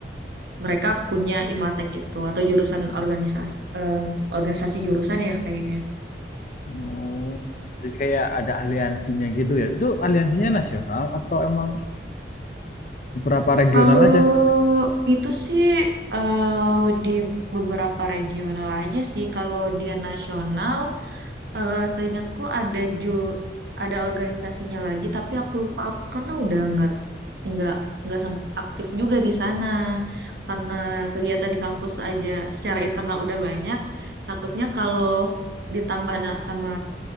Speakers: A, on the right; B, on the left.
A: mereka punya IMATEK itu atau jurusan organisasi em, organisasi jurusan ya kayak gitu ya.
B: Oh, jadi kayak ada aliansinya gitu ya. Itu aliansinya nasional atau emang beberapa regional
A: Kalau
B: aja?
A: itu sih eh, di beberapa regional aja sih. Kalau dia nasional eh seingatku ada ju ada organisasinya lagi, tapi aku lupa apa karena udah nggak nggak nggak sempat aktif juga di sana karena kegiatan di kampus aja secara internal udah banyak. Takutnya kalau ditambah ada sama